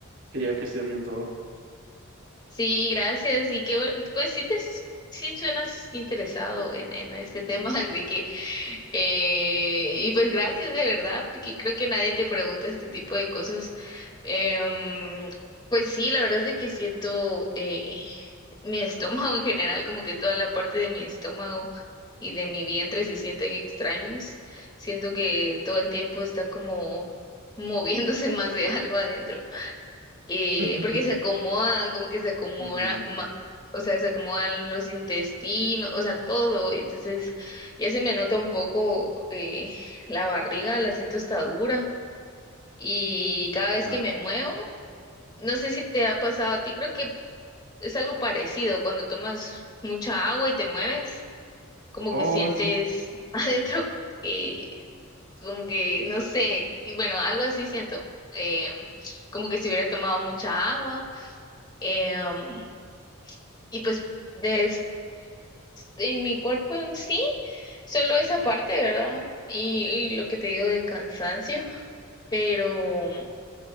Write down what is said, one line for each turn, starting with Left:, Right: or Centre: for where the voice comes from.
Right: quería que esté bien todo.
Left: Sí, gracias. Y que bueno, pues sí te s- sí suenas interesado en, en este tema, <laughs> así que eh, y pues gracias de verdad, porque creo que nadie te pregunta este tipo de cosas. Em, pues sí, la verdad es de que siento eh, mi estómago en general, como que toda la parte de mi estómago y de mi vientre se sienten extraños. Siento que todo el tiempo está como moviéndose <laughs> más de algo adentro eh,
Right: <laughs>
Left: porque se acomodan, como que se acomoda,
Right: Ujú.
Left: ma- o sea, se acomodan los intestinos, o sea, todo. Entonces, ya se me nota un poco eh, la barriga, la siento está dura. Y cada vez
Right: Wow.
Left: que me muevo, no sé si te ha pasado a ti, creo que es algo parecido, cuando tomas mucha agua y te mueves, como
Right: Oh,
Left: que sientes
Right: sí.
Left: <laughs> adentro, eh, como que, no sé, y bueno, algo así siento. eh, como que si hubiera tomado mucha agua em, Y pues después en mi cuerpo en sí, solo esa
Right: Ujú.
Left: parte, ¿verdad? Y, y lo que te digo del cansancio, pero,